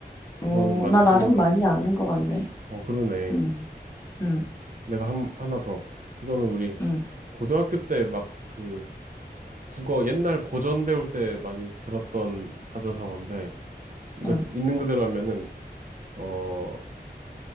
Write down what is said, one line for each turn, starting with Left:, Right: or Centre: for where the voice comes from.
Left: 오,
Right: 이거는 많이
Left: 나 나름
Right: 쓰는 말이지.
Left: 많이 아는 것 같네.
Right: 어, 그러네.
Left: 음. 음.
Right: 내가 한, 하나 더. 이거는 우리
Left: 응,
Right: 고등학교 때 막 그 국어 옛날 고전 배울 때 많이 들었던 사자성어인데, 이거
Left: 응.
Right: 있는 그대로 하면은 어